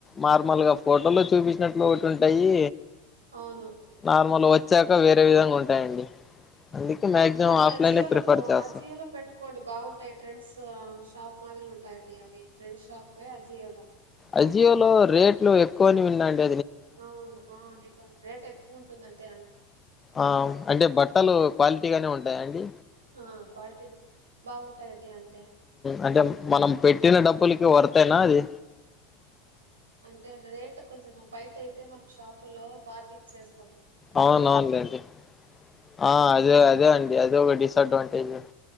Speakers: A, on the left (about 20°); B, on the right (about 85°).
A: నార్మల్ గా ఫోటో లో చూపించినట్లు ఒకటి ఉంటాయి
B: అవును
A: నార్మల్ వచ్చాక వేరే విధంగ ఉంటాయండి అందుకే మాక్సిమం
B: కాై
A: ఆఫ్లైనే
B: అ జియో
A: ప్రిఫర్
B: లో
A: చేస్తా
B: అజియో లో పెట్టుకోండి బాగుంటాయి ట్రెండ్స్ షాప్ మాదిరి ఉంటాయండి అవి ట్రెండ్స్ షాపే అజియోలో
A: అజియో లో రేట్లు ఎక్కువని విన్న అండి
B: అవును ఆవును రేట్ ఎక్కువ ఉంటుందంటే
A: ఆ అంటే బట్టలు క్వాలిటీ గానే ఉంటాయా అండి
B: ఆ క్వాలిటీ బాగుటాయి ఆటె
A: అంటే మనం పెట్టిన డబ్బులు వర్త్ ఐన అది
B: అంటే రేట్ కొంచెం బయట అయితే మనం షాపు లో బార్గెనింగ్ చేస్తాం
A: అవునవునండి ఆ అదే అదే అండి అదే ఒక డిసడ్వాంటేజ్